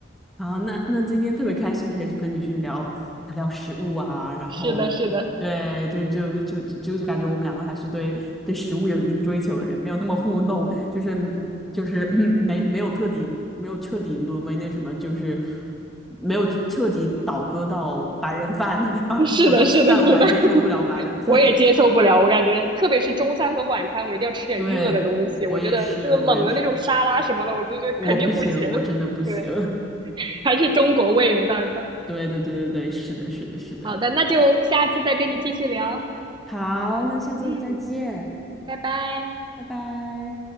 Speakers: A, in the centre; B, on the right.
A: 然后那那今天特别开心，可以去跟你去聊聊食物啊，然后，
B: 是的，是的，
A: 对，就就就就就感觉我们两个还是对对食物有一定追求的人，没有那么糊弄，就是嗯就是嗯没没有彻底没有彻底沦为那什么，就是没有彻底倒戈到白人饭那种，<laughs>
B: 是的，
A: 我到现在我还接受不了白人饭，
B: 是的，是的，<laughs> 我也接受不了。我感觉，特别是中餐和晚餐，我一定要吃点热的东西。
A: <laughs> 对，我也是，
B: 我觉得这个冷的那种沙拉什么的，
A: 我也是，
B: 我就觉得肯定不行。
A: 我不行，我真的不行，
B: <laughs> 对，
A: <laughs>
B: 还是中国胃没办法。
A: 对对对对对，是的，是的，是的。
B: 好的，那就下次再跟你继续聊。
A: 好，那下次再见，
B: 嗯，拜拜。
A: 拜拜。